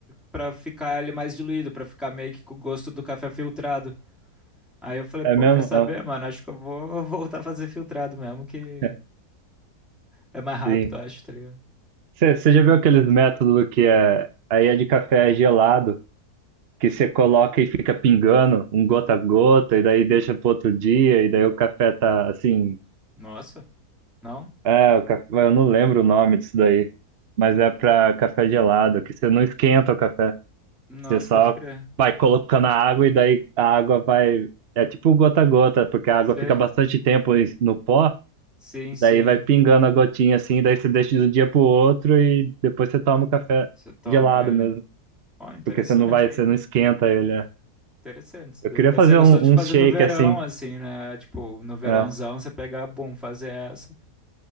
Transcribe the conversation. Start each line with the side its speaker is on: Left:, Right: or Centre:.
Centre: pra ficar ele mais diluído, pra ficar meio que com o gosto do café filtrado. Aí eu falei,
Right: É
Centre: pô,
Right: mesmo?
Centre: quer saber,
Right: Ó,
Centre: mano? Acho que eu vou <laughs> voltar a fazer filtrado mesmo, que
Right: <laughs>
Centre: é mais rápido,
Right: sim.
Centre: acho, tá ligado?
Right: Você você já viu aqueles métodos que é, aí é de café gelado, que você coloca e fica pingando um gota a gota, e daí deixa pro outro dia, e daí o café tá assim.
Centre: Nossa, não?
Right: É, o café, eu não lembro o nome disso daí, mas é pra café gelado, que você não esquenta o café,
Centre: Nossa,
Right: você só
Centre: pode crer.
Right: vai colocando a água e daí a água vai. É tipo gota a gota, porque a água
Centre: Sei.
Right: fica bastante tempo em- no pó,
Centre: Sim,
Right: e
Centre: sim.
Right: daí vai pingando a gotinha assim, e daí você deixa de um dia pro outro e depois você toma o café
Centre: Você toma
Right: gelado
Centre: ele.
Right: mesmo.
Centre: Ó, interessante,
Right: Porque você não vai,
Centre: hein?
Right: você não esquenta ele. é.
Centre: Interessante isso
Right: Eu
Centre: daí.
Right: queria
Centre: Daí
Right: fazer
Centre: Você gostou
Right: um,
Centre: de fazer
Right: um shake
Centre: no verão,
Right: assim.
Centre: assim, né? Tipo, no verãozão,
Right: é.
Centre: você pegar, bum, fazer essa.